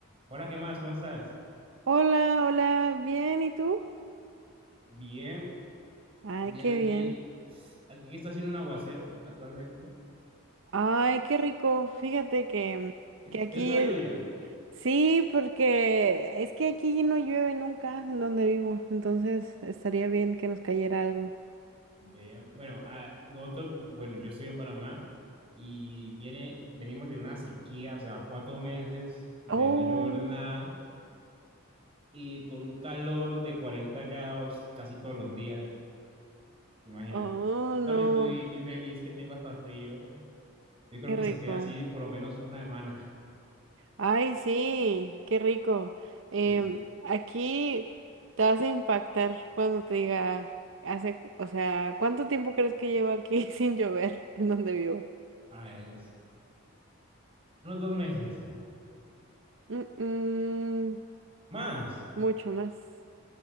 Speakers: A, on the right; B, on the right.
A: Hola, ¿qué más? ¿Cómo estás?
B: Hola, hola, bien, ¿y tú?
A: Bien,
B: Ay,
A: bien
B: qué
A: aquí.
B: bien.
A: Aquí que está haciendo un aguacero actualmente.
B: Ay, qué rico. Fíjate que,
A: ¿Te
B: que aquí,
A: gusta la
B: es-
A: lluvia?
B: sí, porque es que aquí no llueve nunca en donde vivo, entonces estaría bien que nos cayera algo.
A: Vea, bueno, a- nosotros, bueno, yo estoy en Panamá y viene, venimos de una sequía, o sea, cuatro meses de
B: Oh,
A: no llover nada y con un calor de 40 grados casi todos los días, imagínate.
B: oh,
A: Yo
B: no,
A: también estoy, estoy feliz que tengo hasta frío. Yo creo
B: qué
A: que
B: rico.
A: se queda así por lo menos una semana. <laughs>
B: Ay, sí, qué rico. Em,
A: Sí.
B: aquí te vas a impactar cuando te diga, hace, o sea, ¿cuánto tiempo crees que llevo aquí <laughs> sin llover en donde vivo?
A: Ah, es- unos dos meses.
B: Mm, mm,
A: Más,
B: mucho más,